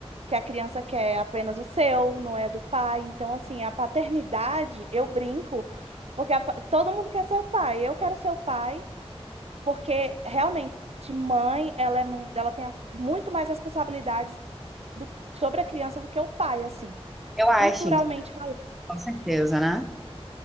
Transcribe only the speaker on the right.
que a criança quer é apenas o seu, não é do pai. Então, assim, a paternidade, eu brinco, porque a pa- todo mundo quer ser o pai. Eu quero ser o pai. Porque realmente, mãe, ela, é, mu- ela tem a- muito mais responsabilidades do- sobre a criança do que o pai, assim.
Culturalmente falando,